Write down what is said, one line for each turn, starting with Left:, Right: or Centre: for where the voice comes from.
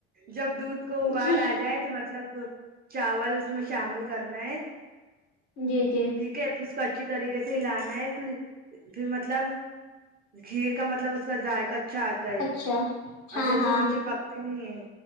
Right: جب دودھ کو ابالا
Left: جی
Right: اجائے تو مطلب چاول اس میں شامل کرنا ہے
Left: جی جی
Right: ٹھیک ہے پھر اس کو اچھی طریقے سے ہلانا ہے پھر پھر مطلب کھیر کا مطلب اس کا ذائق اچھا آتا ہے
Left: اچھا
Right: اور
Left: ہاں
Right: جیسے
Left: ہاں
Right: وہ چپکتے نہیں ہے